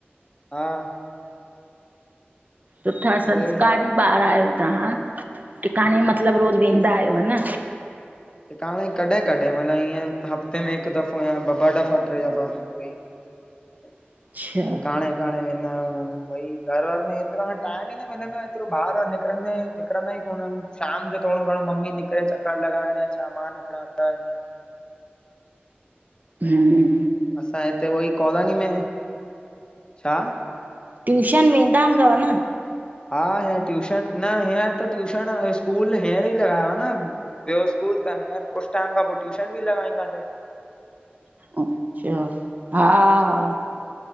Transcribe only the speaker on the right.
सुठा संस्कारी
ॿार आहियो तव्हां, टिकाणे मतिलब रोज़ वेंदा आहियो न।
अच्छा
हुम्मम
ट्यूशन वेंदा हूदव न?
अच्छा! हा-हा